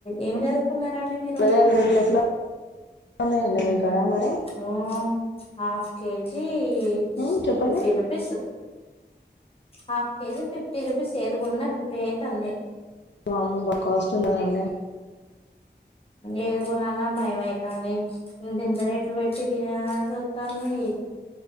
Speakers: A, on the left (about 30°); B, on the left (about 75°).
A: ఏం చదు కున్నరండి
B: కూరగాయల
A: మీరు
B: రేట్లు ఎట్లా ఉన్నాయండి మీ కాడ మరి
A: ఆ హాఫ్ కేజీ కి
B: ఉమ్ చెప్పండి
A: fifty rupees half KG fifty rupees ఏది కొన్నా ఫిఫ్టీ అయితాంది.
B: వామ్మో బా కాస్ట్ ఉన్నదండి
A: ఏది కొనాలన్నా భయమే కానీ ఇంతింత రేట్లు పెట్టి తినే ఆ చూత్త తన్ని